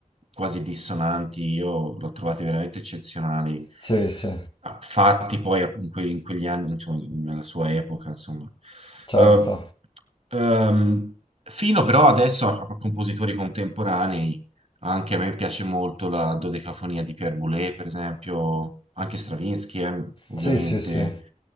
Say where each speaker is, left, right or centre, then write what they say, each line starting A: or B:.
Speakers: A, on the right; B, on the left.
A: quasi dissonanti, io l'ho trovati veramente eccezionali,
B: Sì, sì,
A: ah, fatti poi in quelli- in quegli anni, insomma, in- nella sua epoca, insomma.
B: certo.
A: Eh, ehm, fino però adesso a, a compositori contemporanei, anche a me piace molto la dodecafonia di Pierre Boulez, per esempio, anche Stravinsky, eh, ovviamente.
B: Sì, sì, sì.